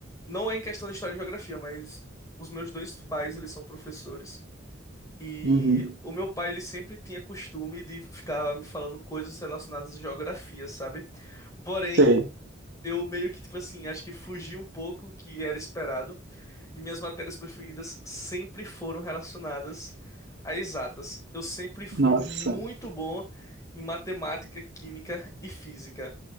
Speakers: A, on the left; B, on the right.
A: não é em questão de história e geografia, mas os meus dois pais, eles são professores, e
B: Uhum.
A: o meu pai, ele sempre tinha costume de ficar me falando coisas relacionadas à geografia, sabe? Porém,
B: Sei.
A: eu meio que, tipo assim, acho que fugi um pouco o que era esperado. E minhas matérias preferidas sempre foram relacionadas a exatas. Eu sempre fui
B: Nossa,
A: muito bom em matemática, química e física.